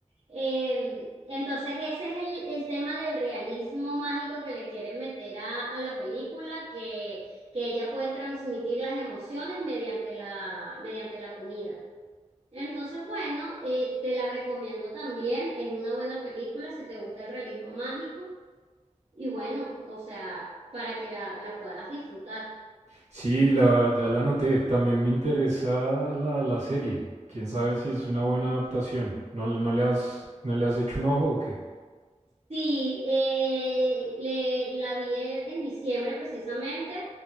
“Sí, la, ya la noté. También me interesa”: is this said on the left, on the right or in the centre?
Right